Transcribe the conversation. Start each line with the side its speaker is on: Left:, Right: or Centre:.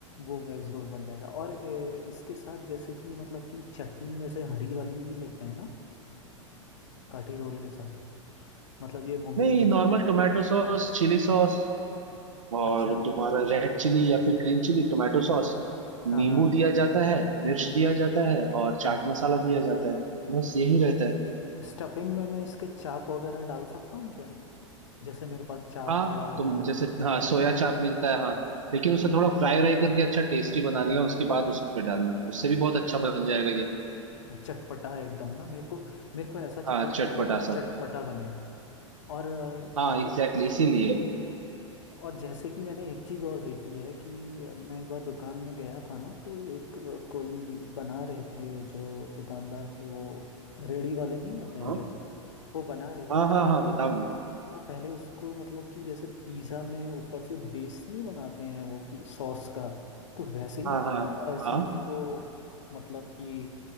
Left: वो वेज रोल बन जाएगा और ए, इसके साथ जैसे कि मतलब कि चटनी वैसे हरी वाली ही लेते हैं ना काठी रोल के साथ मतलब ये मुगलई
Right: नहीं normal tomato sauce chilli sauce और
Left: अच्छा
Right: तुम्हारा रेड चिली या फिर ग्रीन चिली टोमेटो सॉस
Left: हाँ
Right: नींबू
Left: हाँ
Right: दिया जाता है मिर्च दिया जाता है और
Left: हाँ
Right: चाट मसाला दिया जाता है बस यही रहता है
Left: स्टफिंग में मैं इसके चाप वगैरह डाल सकता हूँ क्या जैसे मेरे पास चाप
Right: हाँ
Left: पड़ा हुआ
Right: तुम
Left: है
Right: जैसे हाँ सोया चाप मिलता है हाँ लेकिन उसे थोड़ा फ्राई व्राई करके अच्छा टेस्टी बना लेना उसके बाद उस पे डालना उससे भी बहुत अच्छा बन जाएगा ये
Left: चटपटा है एकदम ना मेरे को मेरे को ऐसा चाहिए
Right: हाँ
Left: कि
Right: चटपटा
Left: एकदम
Right: सा
Left: चटपटा बने और अ,
Right: हाँ
Left: जो
Right: एग्जैक्टली exactly, इसीलिए
Left: और जैसे कि मैंने एक चीज़ और देखी है कि मैं एक बार दुकान में गया था ना तो एक कोई बना रहे थे जो दुकानदार थे वो रेडी वाले नहीं होते हैं
Right: हाँ
Left: जो वो बना रहे
Right: हाँ
Left: थे तो
Right: हाँ हाँ बताओ ना
Left: वो पहले उसको मतलब कि जैसे पिज़्ज़ा में ऊपर से बेस नहीं बनाते हैं वो सॉस का तो वैसे ही
Right: हाँ
Left: पूरा
Right: हाँ
Left: ऐसे
Right: हाँ
Left: उसको मतलब कि